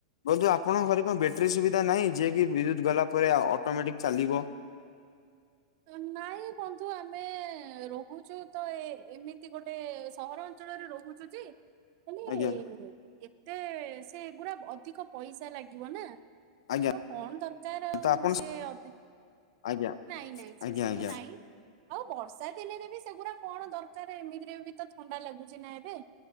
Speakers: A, on the left; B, on the right.
A: ବନ୍ଧୁ ଆପଣଙ୍କ ଘରେ କଣ ବେଟ୍ରି ସୁବିଧା ନାହିଁ ଯିଏ କି ବିଦ୍ୟୁତ୍ ଗଲା ପରେ ଆ, ଅଟୋମେଟିକ୍ ଚାଲିବ?
B: ଅ, ନାହି ବନ୍ଧୁ ଆମେ ରହୁଛୁ ତ ଏ ଏମିତି ଗୋଟେ ସହର ଅଞ୍ଚଳରେ ରହୁଛୁ ଯେ ହେଲେ
A: ଆଜ୍ଞା
B: ଏତେ ସେଗୁଡା ଅଧିକ ପଇସା ଲାଗିବ ନା।
A: ଆଜ୍ଞା
B: ତ କଣ ଦରକାର ଆଉ
A: ତ ଆପଣ
B: ସିଏ ଅଧିକ୍,
A: ଆଜ୍ଞା
B: ନାଇଁ ନାଇଁ ସେ
A: ଆଜ୍ଞା
B: ସବୁ
A: ଆଜ୍ଞା
B: ନାଇଁ। ଇ ଆଉ ବର୍ଷା ଦିନରେ ବି ସେଗୁଡା କଣ ଦରକାର ଏମିତିରେ ବି ତ ଥଣ୍ଡା ଲାଗୁଚି ନା ଏବେ।